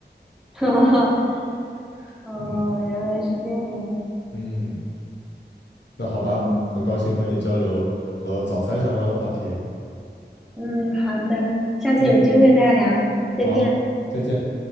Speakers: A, in the centre; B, on the left.
A: <laughs>
B: <laughs>
A: 哦，
B: 嗯
A: 原来是这样。
B: 嗯，那好吧，
A: 嗯
B: 很高兴和你交流和早餐相关的话题。
A: 嗯，好的，下次有机会再聊，
B: 嗯，
A: 再见。
B: 好，再见。